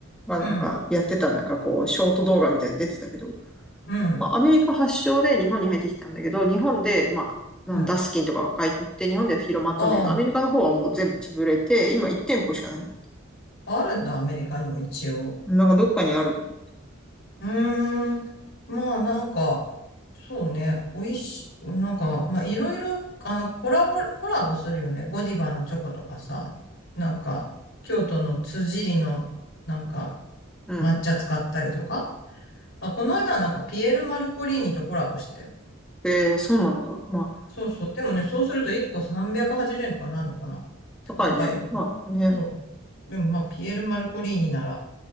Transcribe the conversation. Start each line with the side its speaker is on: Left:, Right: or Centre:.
Centre: がなんかやってたなんかこう、
Left: うん。
Centre: ショート動画みたいに出てたけど、
Left: うん。
Centre: まあ、アメリカ発祥で日本に入ってきたんだけど、日本で、まあ、
Left: うん。
Centre: なんダスキンとかが買い取って日本では広まったんだけど、
Left: あ
Centre: アメリカの方はもう全部潰れて、今1店舗しかないんだって。
Left: あ、あるんだ、アメリカにも一応。
Centre: なんかどっかにあるとか。
Left: うーん。まあ、なんか、そうね、美味しい、なんか、まあ、いろいろ、あの、コラボ、コラボするよね。ゴディバのチョコとかさ、なんか、京都の辻りの、なんか、
Centre: うん。
Left: 抹茶使ったりとか。あ、この間はなんか、ピエール・マルコリーニとコラボしてたよ。
Centre: えー、そうなんだ。まあ
Left: そうそう。でもね、そうすると1個380円とかなんのかな。結構高いよな。
Centre: 高いね。まあね。
Left: うん。でもまあ、ピエール・マルコリーニなら、